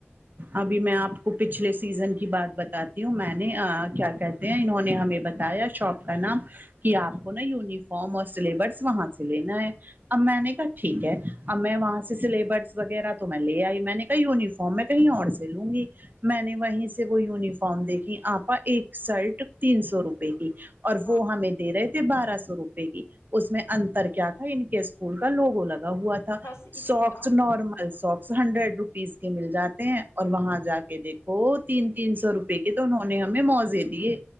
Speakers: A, on the right (about 45°); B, on the left (about 85°).
A: ابھی میں آپ کو پچھلے سیزن کی بات بتاتی ہوں میں نے کیا کہتے ہیں انہوں نے ہمیں بتایا شاپ کا نام کہ آپ کو نا یونیفارم اور سلیبس وہاں سے لینا ہے اب میں نے کہا ٹھیک ہے اب میں وہاں سے سلیبس وغیرہ تو میں لے آئی میں نے کہا یونیفارم میں کہیں اور سے لوں گی میں نے وہیں سے وہ یونیفارم دیکھی آپا ایک سرٹ تین سو روپے کی اور
B: ہاں
A: وہ ہمیں دے رہے تھے بارہ سو روپئے کی اس میں انتر کیا تھا ان کیس اسکول کا لوگو لگا ہوا تھا
B: بس اسی
A: six
B: کا
A: normal socks hundred rupees کے مل جاتے ہیں اور وہاں جا کے دیکھو تین تین سو روپئے کے تو انہوں نے ہمیں موزے دیے